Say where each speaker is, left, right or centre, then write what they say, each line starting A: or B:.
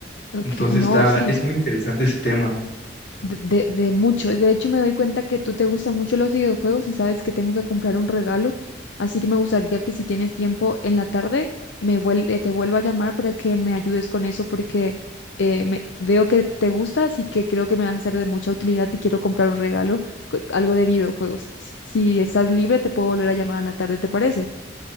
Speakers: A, on the left; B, on the left.
A: ok,
B: Entonces
A: no,
B: está,
A: sí.
B: es muy interesante ese tema.
A: De, de, de mucho. De hecho, me doy cuenta que tú te gustan mucho los videojuegos y sabes que tengo que comprar un regalo. Así que me gustaría que si tienes tiempo en la tarde, me vuel- eh, te vuelva a llamar para que me ayudes con eso porque eh, me, veo que te gusta, así que creo que me vas a ser de mucha utilidad y quiero comprar un regalo, co- algo de videojuegos. Si, si estás libre, te puedo volver a llamar a la tarde, ¿te parece?